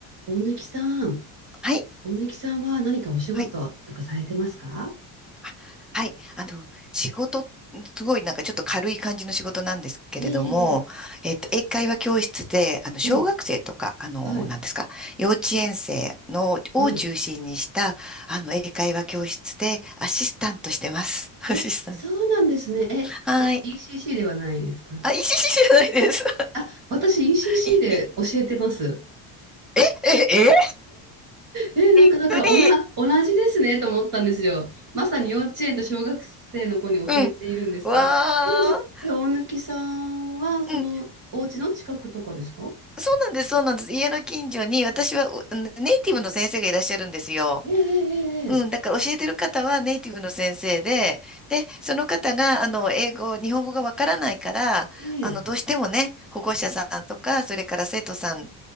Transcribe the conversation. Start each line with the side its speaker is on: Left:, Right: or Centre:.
Right: 大貫さん、
Centre: はい。
Right: 大貫さんは何かお仕事とかされてますか
Centre: はい。あはい。あの、仕事、すごいなんかちょっと軽い感じの仕事なんですけれども、
Right: ええええ
Centre: えっと、英会話教室で、あの、小学生とか、
Right: ええ、
Centre: あの、
Right: はい、
Centre: なんですか、幼稚園生の、を中心にした、
Right: はい。
Centre: あの、英会話教室でアシスタントしてます。<laughs> アシスタント。
Right: え、そうなんですね。
Centre: はい。
Right: え、え、ECC ではないですか
Centre: あ、いいしじゃないです。
Right: あ、私 ECC
Centre: <laughs> いい
Right: で教えてます。
Centre: え、え
Right: え、なんかだからおな、
Centre: びっくり。
Right: 同じですねと思ったんですよ。まさに幼稚園と小学生の子に教えているんですけど。
Centre: うん。わー。
Right: え、じゃあ、え、大貫さんはそのお家の近くとかですか
Centre: うん、そうなんです、そうなんです。家の近所に私はうネイティブの先生がいらっしゃるんですよ。
Right: えええ
Centre: うん、だから教えてる方はネイティブの先生で、で、その方が、あの、英語、日本語がわからないから、
Right: えええ、
Centre: あの、
Right: ええ
Centre: どうしてもね、保護者さんとか、それから生徒さん、